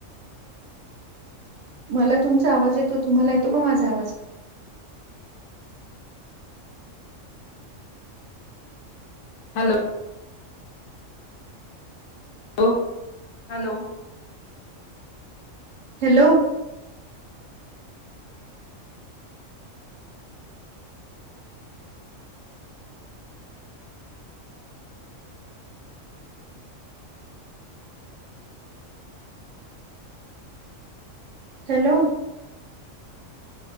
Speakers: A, on the right (about 70°); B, on the left (about 80°).
A: मला तुमचा आवाज येतो, तुम्हाला येतो का माझा आवाज?
B: Hello, hello- hello,
A: hello, hello,